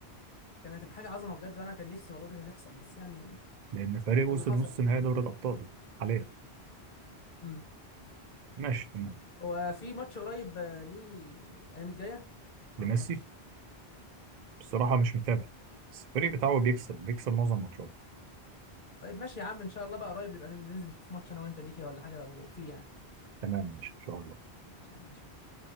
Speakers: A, on the left; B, on the right.
A: كان هتبقى حاجه عظمه بجد وانا كان نفسي والله دي هتحصل بس يعني
B: لان فريق
A: اللي
B: وصل
A: حصل
B: نص
A: يعني
B: نهائي دوري الابطال حاليا
A: امم
B: ماشي تمام
A: هو في ماتش قريب آه، ليه الايام الجايه
B: لميسي
A: انا ما اعرفش
B: بصراحه مش متابع بس الفريق بتاعه بيكسب بيكسب معظم ماتشاته
A: طيب ماشي يا عم ان شاء الله بقى قريب نبقى ننزل نشوف ماتش انا وانت ليكي ولا حاجه لو في يعني
B: تمام ماشي ان شاء الله
A: ماشي يا عم ماشي